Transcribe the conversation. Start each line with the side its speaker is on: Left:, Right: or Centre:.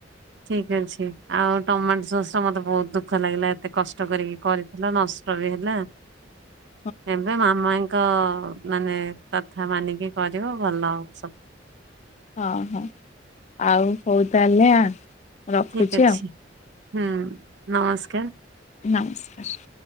Right: ଠିକ୍ ଅଛି ଆଉ ଟମାଟୋ ସସ୍ ଟା ମତେ ବହୁତ୍ ଦୁଃଖ ଲାଗିଲା ଏତେ କଷ୍ଟ କରିକି କରି ହେଲା ନଷ୍ଟ ବି ହେଲା।
Left: <inaudible>
Right: ଏବେ ମାମାଙ୍କ ମାନେ କଥା ମାନିକି କରିବ ଭଲ ଆଉ ସବୁ।
Left: ହଁ ହଁ ଆଉ ହଉ ତାହେଲେ ଆ ରଖୁଛି
Right: ଠିକ୍ ଅଛି
Left: ଆଉ
Right: ହୁଁ ନମସ୍କାର।
Left: ନମସ୍କାର।